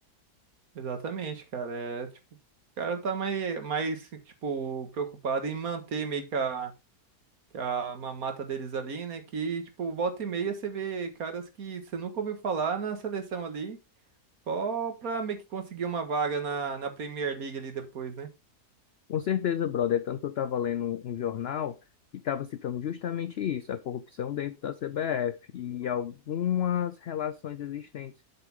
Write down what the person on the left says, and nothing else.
Com certeza, brother. É tanto que eu estava lendo um jornal e estava citando justamente isso, a corrupção dentro da CBF e algumas relações existentes